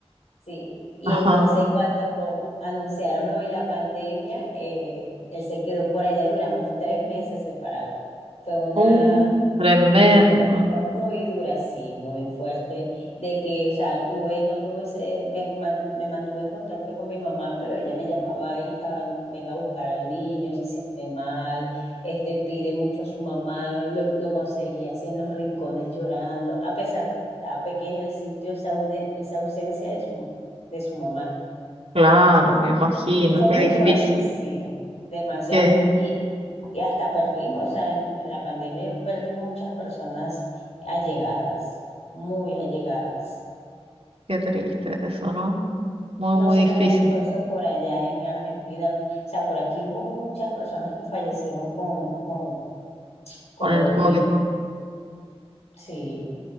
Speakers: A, on the left; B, on the right.
A: sí. Y
B: Ajá.
A: entonces cuando anunciaron lo de la pandemia, eh, él se quedó por allá y duramos tres meses separados. Fue una
B: Un tremendo.
A: una época muy dura, sí, muy fuerte, de que, o sea, tuve, no tuve ese, me, man- me mantuve en contacto con mi mamá, pero ella me llamaba, hija, venga a buscar al niño, se siente mal, este, pide mucho a su mamá, lo, lo conseguía así en los rincones llorando, a pesar de que estaba pequeño, él sintió esa, aude- esa ausencia de su, de su mamá.
B: Claro, me imagino.
A: Y fue
B: Qué
A: muy
B: difícil.
A: fuerte, sí, demasiado.
B: Qué,
A: Y hasta perdimos, o sea, en, en la pandemia yo perdí muchas personas allegadas, muy allegadas.
B: qué triste eso, ¿no? Muy,
A: No
B: muy
A: sé
B: difícil
A: cómo fue eso por allá en Argentina. O sea, por aquí hubo muchas personas que fallecieron con, con, con
B: con el
A: lo del
B: COVID.
A: virus. Sí.